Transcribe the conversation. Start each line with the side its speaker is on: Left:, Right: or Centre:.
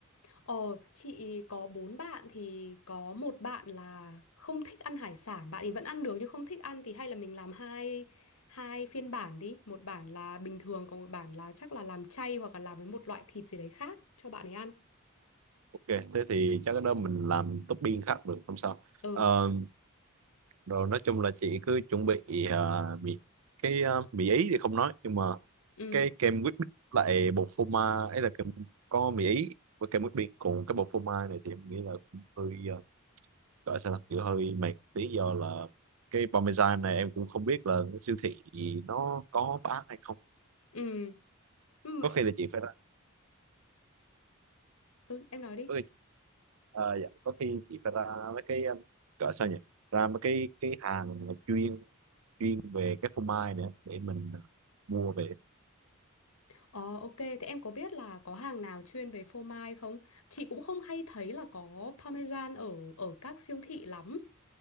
Left: Ờ, chị có bốn bạn thì có một bạn là không thích ăn hải sản, bạn ấy vẫn ăn được nhưng không thích ăn thì hay là mình làm hai hai phiên bản đi, một bản là bình thường còn một bản là chắc là làm chay hoặc là làm với một loại thịt gì đấy khác cho bạn ấy ăn.
Right: Ok, thế thì chắc cái đó mình làm topping khác được không sao?
Left: Ừ,
Right: Ờ, rồi nói chung là chị cứ chuẩn bị ờ, mì cái ờ, mì ý thì không nói nhưng mà
Left: ừ,
Right: cái kem whipped lại bột phô mai ấy là kem có mì ý với kem whipped còn cái bột phô mai này thì em nghĩ là cũng hơi ờ, gọi sao ta, kiểu hơi mệt một tí do là cái parmesan này em cũng không biết là cái siêu thị nó có bán hay không
Left: ừ, ừ,
Right: có
Left: mẹ-
Right: khi là chị phải ra
Left: ừ em nói đi.
Right: có khi, ờ, dạ, có khi chị phải ra mấy cái um, gọi sao nhỉ ra mấy cái cái hàng mà chuyên chuyên về cái phô mai nữa để mình à, mua về
Left: Ờ, ok, thế em có biết là có hàng nào chuyên về phô mai không? Chị cũng không hay thấy là có parmesan ở ở các siêu thị lắm,